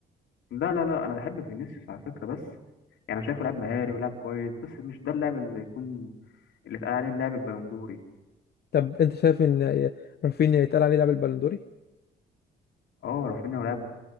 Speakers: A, on the left (about 75°); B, on the left (about 55°).
A: لا لا لا انا بحب فينيسيوس على فكره بس يعني انا شايفه لاعب مهاري ولاعب كويس بس مش ده اللاعب اللي يكون اللي اتقال عليه اللاعب البلندوري
B: طب انت شايف ان رافينيا يتقال عليه لاعب البالندوري
A: اه رافينيا هو لاعب